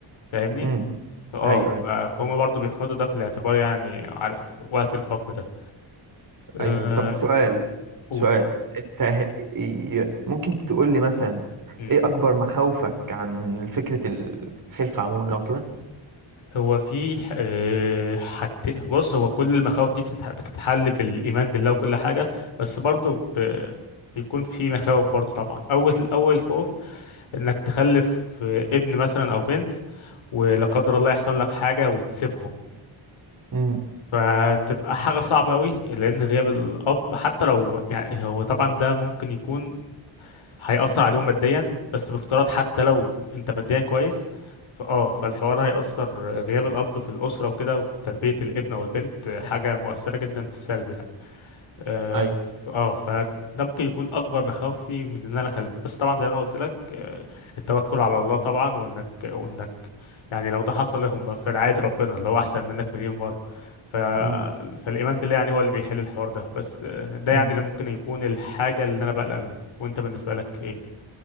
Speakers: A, on the left; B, on the right.
A: فاهمني؟
B: امم
A: اه
B: ايوه ايوه
A: ف- فهم برضه بيحطوا ده في الاعتبار يعني على- في وقت الحكم ده أه...
B: ايوه أيوه. طب سؤال
A: و...
B: سؤال انت ه- ي- ممكن تقول لي مثلا
A: أي.
B: ايه اكبر مخاوفك عن فكرة الخلفة عموما او كده
A: هو في آه، حت... بص هو كل المخاوف دي بتتح... بتتحل بالإيمان بالله وكل حاجة بس برضو ب... بيكون في مخاوف برضو طبعا أول أول خوف إنك تخلف آه، ابن مثلا أو بنت ولا قدر الله يحصل لك حاجة وتسيبهم
B: امم
A: فتبقى حاجة صعبة أوي لأن غياب الأب حتى لو يعني هو طبعا ده ممكن يكون هيأثر عليهم ماديا بس بافتراض حتى لو انت ماديا كويس فاه فالحوار هيأثر غياب الأب في الأسرة وكده وفي تربية الابن أو البنت حاجة مؤثرة جدا بالسلب يعني اه
B: ايوه
A: ف- آه، فده ممكن يكون أكبر مخاوفي من إن أنا أخلف بس طبعا زي ما أنا قلت لك آه، التوكل على الله طبعا وإنك وإنك يعني لو ده حصل هم في رعاية ربنا اللي هو أحسن منك مليون مرة ف...
B: امم
A: فالإيمان بالله يعني هو اللي بيحل الحوار ده بس آه، ده
B: مم.
A: يعني اللي ممكن يكون الحاجة اللي أنا بقلق منها وأنت بالنسبة لك إيه؟